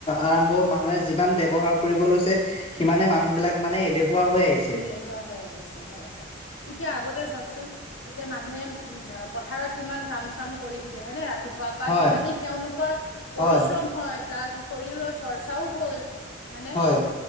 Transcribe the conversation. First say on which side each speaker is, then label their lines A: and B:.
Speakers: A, on the left; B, on the left.
A: আৰম্ভ মানুহে যিমান ব্যৱহাৰ কৰিব লৈছে সিমানে মানুহ বিলাক মানে এলেহুৱা হৈ আহিছে।
B: এলেহুৱা হৈ আহিছে হয়, হয় এতিয়া আগতে চাওকচোন এতিয়া মানুহে উ পথাৰত কিমান কাম চাম কৰি থাকে হয়নে ৰাতিপুৱা বা
A: হয়
B: সিমানে তেওঁলোকৰ পৰিশ্ৰম
A: হয়
B: হয় প্লাছ শৰীৰৰ চৰ্চাও হল হয়নে
A: হয়